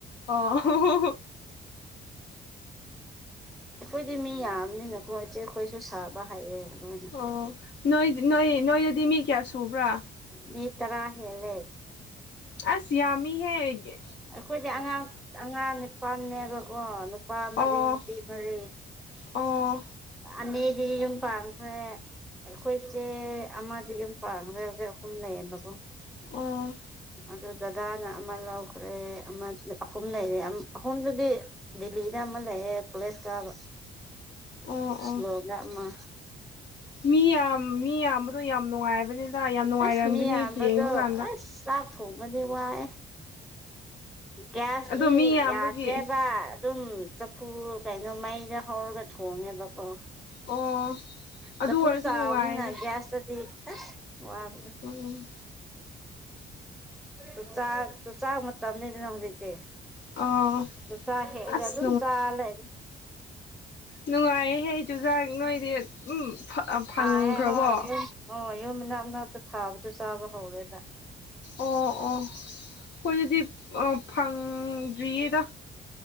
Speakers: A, on the left; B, in the centre.
A: ꯑꯣ
B: ꯑꯩꯈꯣꯏꯗꯤ ꯃꯤ ꯌꯥꯝꯕꯅꯤꯅꯀꯣ ꯏꯆꯦ ꯈꯣꯏꯁꯨ ꯁꯥꯕ ꯍꯥꯏꯑꯦ ꯂꫭꯏꯅ
A: ꯑꯣ ꯅꯣꯏ ꯅꯣꯏ ꯅꯣꯏꯗꯗꯤ ꯃꯤ ꯀꯌꯥ ꯁꯨꯕ꯭ꯔꯥ
B: ꯃꯤ ꯇꯔꯥ ꯍꯦꯂꯦ
A: ꯑꯁ ꯌꯥꯝꯃꯤ ꯍꯒꯦ
B: ꯑꯩꯈꯣꯏꯁꯦ ꯑꯉꯥꯡ ꯑꯉꯥꯡ ꯅꯤꯄꯥꯅꯦꯕꯀꯣ ꯅꯨꯄꯥ
A: ꯑꯣ
B: ꯃꯔꯤ ꯅꯨꯄꯤ ꯃꯔꯤ
A: ꯑꯣ
B: ꯑꯅꯤꯗꯤ ꯌꯨꯝ ꯄꯥꯡꯈ꯭ꯔꯦ ꯑꯩꯈꯣꯏꯁꯦ ꯑꯃꯗꯤ ꯌꯨꯝ ꯄꯥꯡꯈ꯭ꯔꯦ ꯍꯧꯖꯤꯛ ꯑꯍꯨꯝ ꯂꯩꯌꯦꯕꯀꯣ
A: ꯑꯣ
B: ꯑꯗꯨ ꯗꯗꯥꯅ ꯑꯃ ꯂꯧꯈ꯭ꯔꯦ ꯑꯃ ꯑꯍꯨꯝ ꯂꯩꯔꯦ ꯑꯍꯨꯝꯗꯨꯗꯤ ꯗꯦꯜꯂꯤꯗ ꯑꯃ ꯂꯩꯌꯦ ꯀꯣꯂꯦꯁ ꯀꯥꯕ
A: <inaudible> ꯑꯣ
B: ꯁꯤꯂꯣꯡꯗ ꯑꯃ
A: ꯃꯤ ꯌꯥꯝ ꯃꯤ ꯌꯥꯝꯕꯗꯣ ꯌꯥꯝ ꯅꯨꯡꯉꯥꯏꯕꯅꯤꯗ ꯌꯥꯝ ꯅꯨꯡꯉꯥꯏꯔꯝꯒꯅꯤ
B: ꯑꯁ ꯃꯤ ꯌꯥꯝꯕꯗꯣ
A: ꯌꯦꯡꯕ ꯀꯥꯟꯗ
B: ꯑꯁ ꯆꯥꯛ ꯊꯣꯡꯕꯗꯤ ꯋꯥꯏꯑꯦ ꯒ꯭ꯌꯥꯁꯇꯤ
A: ꯑꯗꯣ ꯃꯤ ꯌꯥꯝꯕꯒꯤ
B: ꯌꯥꯗ꯭ꯔꯦꯕ ꯑꯗꯨꯝ ꯆꯐꯨ ꯀꯩꯅꯣ ꯃꯩꯗ ꯍꯧꯔꯒ ꯊꯣꯡꯉꯦꯕꯀꯣ
A: ꯑꯣ ꯑꯗꯨ
B: ꯆꯐꯨ
A: ꯑꯣꯏꯔꯁꯨ
B: ꯆꯥꯎꯕꯅꯤꯅ
A: ꯅꯨꯡꯉꯥꯏꯗ
B: ꯒ꯭ꯌꯥꯁꯇꯗꯤ ꯋꯥꯕꯗꯣ
A: ꯎꯝ
B: ꯆꯨꯆꯥꯛ ꯆꯨꯆꯥꯛ ꯃꯇꯝꯅꯤꯗꯅ ꯍꯧꯖꯤꯛꯇꯤ
A: ꯑꯣ
B: ꯆꯨꯆꯥꯛ ꯍꯦꯛꯑꯒ
A: ꯑꯁ
B: ꯑꯗꯨꯝ ꯆꯥꯂꯩ
A: ꯅꯨꯡꯉꯥꯏꯍꯦ ꯆꯨꯖꯥꯛ ꯅꯣꯏꯗꯤ ꯎꯝ ꯐꯪꯈ꯭ꯔꯕꯣ
B: ꯊꯥꯏꯌꯦ ꯍꯣꯏ ꯌꯨꯝ ꯑꯣ ꯌꯨꯝ ꯃꯅꯥꯛ ꯅꯛꯇ ꯊꯥꯕꯗꯣ ꯆꯥꯕ ꯍꯧꯔꯦꯕ
A: ꯑꯣ ꯑꯣ ꯈꯣꯏ ꯑꯗꯨꯗꯤ ꯐꯪꯗ꯭ꯔꯤꯗ